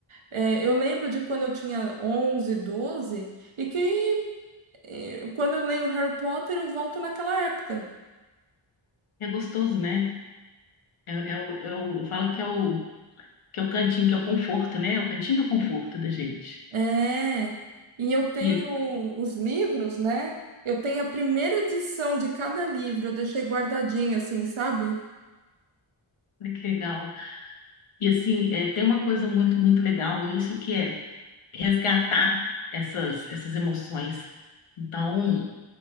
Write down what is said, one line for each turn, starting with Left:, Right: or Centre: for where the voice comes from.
Right: é, eu lembro de quando eu tinha 11 12 e que eh, quando eu leio Harry Potter, eu volto naquela época.
Left: é gostoso, né? É, é o, é o- eu falo que é o que é o cantinho, que é o conforto, né? É O cantinho do conforto da gente.
Right: É, e eu tenho
Left: E
Right: os livros, né? Eu tenho a primeira edição de cada livro, eu deixei guardadinho assim, sabe?
Left: olha que legal. E assim, é, tem uma coisa muito, muito legal nisso que é resgatar essas, essas emoções. Então,